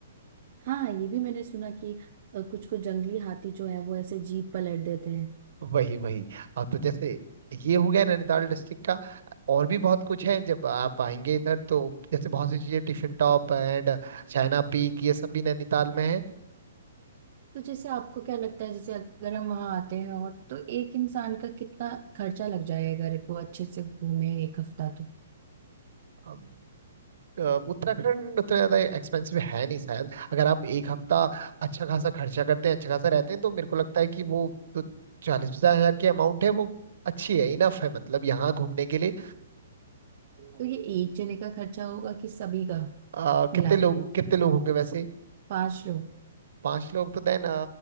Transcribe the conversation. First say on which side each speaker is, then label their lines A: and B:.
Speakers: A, on the right; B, on the right.
A: हाँ ये भी मैंने सुना कि अ, कुछ कुछ जंगली हाथी जो है वो ऐसे जीप पलट देते
B: वही वही अब तो जैसे ये हो गया नैनीताल डिस्ट्रिक्ट का और भी बहुत कुछ है जब आप आएंगे इधर तो जैसे
A: हैं
B: बहुत सी चीजें Tiffin Top and China Peak ये सब भी नैनीताल में है
A: तो जैसे आपको क्या लगता है जैसे अगर हम वहां आते हैं और तो एक इंसान का कितना खर्चा लग जाए अगर वो अच्छे से घूमे एक हफ्ता तो
B: अब, अ, उत्तराखंड उतना ज्यादा एक्सपेंसिव है नहीं शायद अगर आप एक हफ्ता अच्छा खासा खर्चा करते हैं अच्छा खासा रहते हैं तो मेरे को लगता है कि वो जो चालीस पचास हजार की अमाउंट है वो अच्छी है इनफ है मतलब यहाँ घूमने के लिए
A: तो ये एक जने का खर्चा होगा कि सभी का
B: आ,
A: मिला
B: कितने लोग
A: के
B: कितने लोग होंगे वैसे
A: पांच लोग
B: पांच लोग तो देन